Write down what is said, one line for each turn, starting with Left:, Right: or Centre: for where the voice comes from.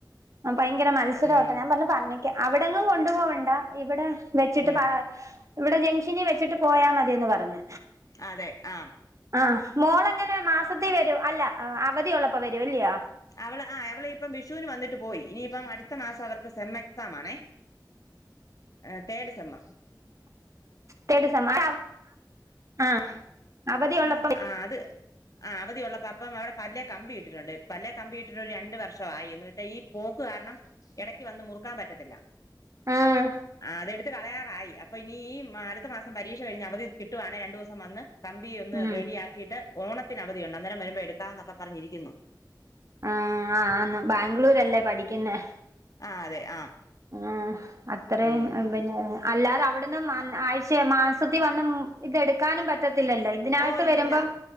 Right: അഹ് ഭയങ്കര മത്സരവൊട്ട
Left: ഉം
Right: ഞാൻ പറഞ്ഞു പറഞ്ഞിക്ക അവിടെങ്ങും കൊണ്ടു പോവണ്ട ഇവിടെ വെച്ചിട്ട്
Left: ഉം
Right: പ ഇവിടെ ജംഗ്ഷനിൽ വെച്ചിട്ട് പോയാ മതിയന്ന് പറഞ്
Left: അതെ ആഹാ.
Right: ആഹ് മോളെങ്ങനെ മാസത്തി വരും, അല്ല അവധിയ ഉള്ളപ്പോ വരുംല്ലയോ?
Left: അവള് ആ അവള ഇപ്പം വിഷുവിന് വന്നിട്ട് പോയി ഇനിയിപ്പം അടുത്ത മാസം അവർക്ക് സെം എക്സാം ആണേ, ആഹ് തേടസമ്മ.
Right: തഡസമാ ആഹ് അവധിയുള്ള.
Left: ആഹ് അത, ആഹാ അവധിയുള്ളപ്പ അപ്പം, അവിടെ പല്ലേ കമ്പ ഇട്ടിട്ടുണ്ട്. പല്ലേ കമ്പി ഇട്ടിട്ട് ഒരു രണ്ട വർഷമായിന്ന്- വച്ചാ ഈ പോക്ക് കാരണം- ഇടക്ക് വന്ന് മുറുക്കാൻ പറ്റത്തില്ല.
Right: ആഹ്
Left: ആഹ് അതെടുത്ത് കളയാറായി. അപ്പോ ഇനി ഈ അടുത്ത മാസം പരീക്ഷ കഴിഞ്ഞൽ അവധി- കിട്ടുവാണേ രണ്ടു ദിവസം വന്ന്- കമ്പി ഒന്ന്
Right: ഉം
Left: റെഡി ആക്കി. ആക്കിട്ട് ഓത്തിന് അവധിയുണ്ട്- അന്നരം വരുമ്പോ എടുക്കാ- എന്നൊക്കെ പറഞ്ഞിരിക്കുന്നു.
Right: ആഹ് ആഹ് ബാംഗ്ലൂരല്ലേ പഠിക്കുന്ന-
Left: ആ അതെ ആ
Right: ആഹാ അത്രയും
Left: ഉം
Right: പിന്നെ- അല്ലാതെ അവിടന്നും ആഴ്ച- മാസത്തിൽ വന്നും ഇതെടുക്കാനും പറ്റത്തില്ലല്ലോ. ഇതിനായിട്ട്
Left: ഓ ഇല്ലില്ല
Right: വരുമ്പം,